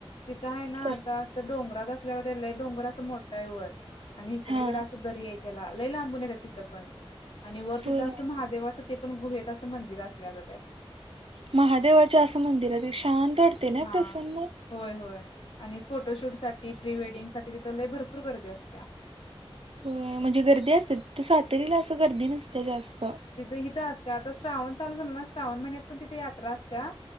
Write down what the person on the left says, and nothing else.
तिथं आहे ना
आता असं डोंगरात असल्यावर त्याला डोंगर असं मोठा आहे वर आणि हिकडं
-हिकडं असं दरी आहे त्याला लय लांबून येत तिथं पण आणि वर तिथं
असं महादेवाच ते पण गुहेत असं मंदिर असल्यागत आहे
हा
होय -होय आणि फोटोशूट साठी प्री वेडिंग साठी तिथ लय भरपूर गर्दी असत्या
तिथं इथं असत्या आता श्रावण चालू झालं ना श्रावण महिन्यात पण तिथे यात्रा असत्या